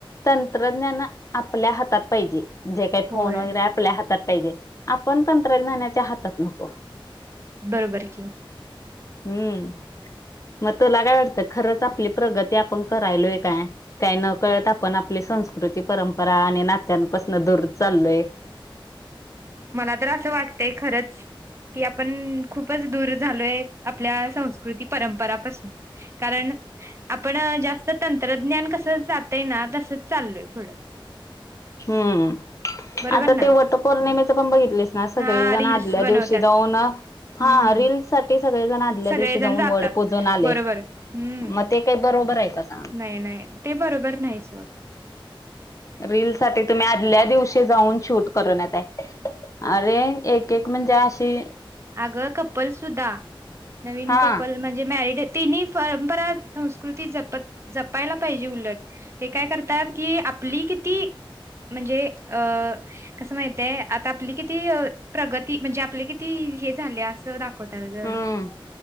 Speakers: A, on the left; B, on the right.
A: तंत्रज्ञान आपल्या हातात पाहिजे. जे काही फोन
B: होय
A: वगैरे आपल्या हातात पाहिजे, आपण तंत्रज्ञानाच्या हातात नको.
B: बरोबर की.
A: हम्म, मग तुला काय वाटतं खरंच आपली प्रगती आ आपण करायलोय काय, का न कळत आपण आपली संस्कृती परंपरा आणि ना त्यांपासून दूर चालोय
B: मला तर असं वाटतंय खरंच की आपण खूपच दूर झालोय आपल्या संस्कृती परंपरापासून. कारण आपण जास्त तंत्रज्ञान कस जातय ना तसच चाललोय पुढ.
A: हम्म,
B: बरोबर
A: आता
B: ना
A: ते वट पौर्णिमेचं पण बघितलेस सगळेजण
B: हा रील्स
A: आदल्या
B: बनवतात
A: दिवशी जाऊन, हा
B: हम्म
A: रील साठी सगळेजण ल्या
B: सगळेजण
A: दिवशी जाऊन
B: जातात
A: वड पूजून आले.
B: बरोबर हम्म
A: मग ते काही बरोबर आहे का सांग?
B: नाही -नाही ते बरोबर नाहीच ओ.
A: रील साठी तुम्ही आदल्या दिवशी जाऊन शूट करून येताय. अरे एक- एक म्हणजे अशी
B: आगं कपल सुद्धा, नवीन
A: हा
B: कपल म्हणजे जे मॅरड तिन परंपरा संस्कृती जपत जपायला पाहिजे उलट. ते काय करतात कि, आपली किती? म्हणजे अ कसं माहितीये आता आपली किती अ प्रगती, म्हणजे आपले किती हे झाले असं दाखवतात ग.
A: हम्म.